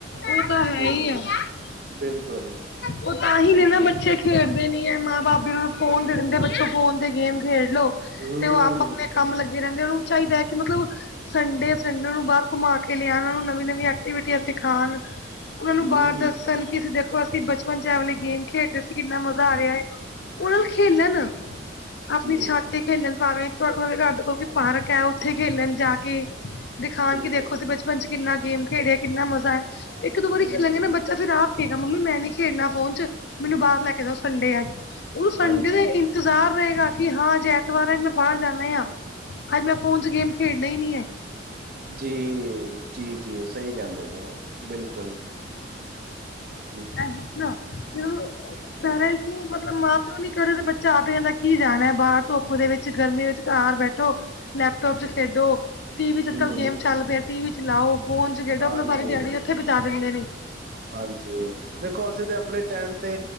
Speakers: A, on the left (about 60°); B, on the right (about 50°).
A: ਉਹ ਤਾਂ
B: ਜੀ
A: ਹੈ ਹੀ ਆ।
B: ਬਿਲਕੁਲ।
A: ਉਹ ਤਾਂ ਹੀ
B: ਹਾਂਜੀ
A: ਨੇ ਨਾ ਬੱਚੇ। ਖੇਡਦੇ ਨੀ ਹੈ ਮਾਂ ਬਾਪ ਵੀ ਫੋਨ ਤੇ ਦਿੰਦੇ ਬੱਚੋ ਫੋਨ ਤੇ ਗੇਮ ਖੇਡਲੋ
B: ਹਮ
A: ਤੇ ਉਹ ਆਪ ਆਪਣੇ ਕੰਮ ਲੱਗੇ ਰਹਿੰਦੇ ਉਹਨ ਨੂੰ ਚਾਹੀਦਾ ਹੈ ਕਿ ਮਤਲਬ ਸੰਡੇ-ਸੰਡੇ। ਉਹਨਾਂ ਨੂੰ ਬਾਹਰ ਘੁੰਮਾ ਕੇ ਲਿਆਉਣਾ ਉਹ ਨੂੰ ਨਵੀਂ-ਨਵੀਂ ਐਕਟੀਵਿਟੀਆਂ ਸਿਖਾਉਣ। ਉਨਾਂ ਨੂੰ
B: ਹਮ
A: ਬਾਹਰ ਦੱਸਣ ਕਿ ਦੇਖੋ ਅਸੀਂ ਬ ਬੱਚਿਆਂ ਵਾਲੇ ਗੇਮ ਖੇਡਦੇ ਸੀ ਕਿੰਨਾ ਮਜ਼ਾ ਆ ਰਿਹਾ ਹੈ ਉਹਨਾਂ ਖੇਲਣ ਆਪਣੀ
B: ਜੀ
A: ਛਾਤ ਤੇ ਖੇਲਣ ਭਾਵੇਂ ਉਹ ਦੇ ਘਰ ਦੇਖੋ ਕਿ ਪਾਰਕ ਹੈ ਉੱਥੇ ਖੇਲਣ ਜਾ ਕੇ ਦਿਖਾਣ
B: ਬਿਲਕੁਲ
A: ਕੇ ਦੇਖੋ ਤੁਸੀਂ ਬ ਬਚਪਨ ਕਿੰਨਾ ਗੇਮ ਖੇਡਿਆ ਕਿੰਨਾ ਮਜ਼ਾ ਹੈ ਇੱਕ-ਦੋ ਵਾਰੀ
B: ਹਮ
A: ਖੇਲਾਂਗੇ ਨਾ ਬੱਚੇ ਅੱਛਾ ਫਿਰ ਆਪ ਖੇਡਣਾ ਮੰਮੀ ਮੈਂ ਨੀ ਖੇਡਣਾ ਫੋਨ ਚ ਮੈਨੂੰ ਬਾਹਰ ਲੈ ਕੇ ਜਾਓ ਸੰਡੇ ਹੈ ਆਜ ਉਹ ਸੰਡੇ
B: ਹਾਂਜੀ
A: ਦਾ ਇੰਤਜ਼ਾਰ ਰਹੇਗਾ ਕਿ ਹਾਂ ਅਜੇ ਐਂਤਵਾਰ ਅਜ ਮੈਂ ਬਾਹਰ ਜਾਣਾ ਆ। ਅੱਜ ਮੈਂ ਫੋਨ ਚ ਗੇਮ ਖੇਡਣਾ ਹੀ ਨੀ ਹੈ।
B: ਜੀ, ਜੀ- ਜੀ ਸਹੀ ਕਹਿੰਦੇ ਪੇ ਹੋ ਬਿਲਕੁਲ। ਹੂੰ।
A: <inaudible> ਪੇਰੈਂਟਸ ਨੂੰ ਮਤਲਬ ਮਾਂ-ਪਿਓ ਨੀ ਕਰੇ ਬੱਚਾ ਆ ਕੇ ਜਾਂਦਾ ਕੀ ਜਾਣਾ ਬਾਹਰ ਧੁੱਪ ਦੇ ਵਿੱਚ ਗਰਮੀ ਵਿੱਚ ਘਰ ਬੈਠ ਲੈਪਟੋਪ ਚ ਖੇਡੋ, ਟੀ ਵੀ ਚ ਅੱਜ-ਕੱਲ੍ਹ
B: ਹਮ
A: ਗੇਮ ਚੱਲ ਪਿਆ ਟੀ ਵੀ ਚਲਾਓ। ਫੋਨ ਚ ਖੇਡੋ ਆਪਣਾ
B: ਹਾਂਜੀ
A: ਸਾਰੀ ਦਯਾੜੀ ਏਥੇ ਬਿਤਾ ਦਿੰਦੇ ਨੇ।
B: ਹਾਂਜੀ ਦੇਖੋ ਅਸੀਂ ਤੇ ਆਪਣੇ ਟੈਮ ਤੇ